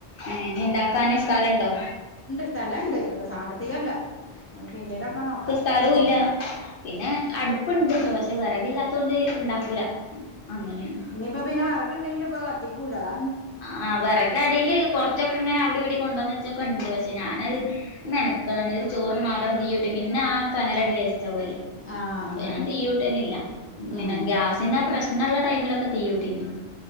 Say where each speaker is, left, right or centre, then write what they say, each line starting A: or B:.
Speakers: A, on the left; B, on the left.
A: ഏ ഇണ്ടാക്കാന് സ്ഥലുണ്ടോ
B: സ്ഥലം ഇണ്ട് ഇപ്പൊ സാമ്പത്തികല്ല പിന്നീടൊക്കെ നോക്ക
A: സ്ഥലവുല്ല പിന്നെ അടുപ്പുണ്ട് ഇട്ടോ പക്ഷെ വിറകില്ലാത്തൊണ്ട് ഇണ്ടാക്കൂല അങ്ങനെയാണ്
B: ഇപ്പൊ പിന്നെ വെറഗ്ണ്ടെങ്കില് ഇപ്പോ കത്തിക്കൂല അത
A: ആ വെറക് അടീല് കൊറച്ചൊക്കെ ഇങ്ങനെ അവിടി ഇവിടി കൊണ്ടുവന്നച്ചൊക്കെ ഉണ്ട് പക്ഷെ ഞാനത്
B: ഉം
A: മെന <unintelligible> ചോറിന് മാത്രം തീയുട്ട് പിന്നെ ആ കനലട
B: ആഹ്
A: വേസ്റ്റ് ആകല്ലേ
B: ആഹ്
A: അപ്പൊ
B: അതാണ്
A: ഞാൻ തീ കൂട്ടലില്ല
B: ഉം
A: പിന്നെ ഗ്യാ പിന്നെ പ്രശ്നള്ള ടൈമിലൊക്കെ തീ കൂട്ടീനി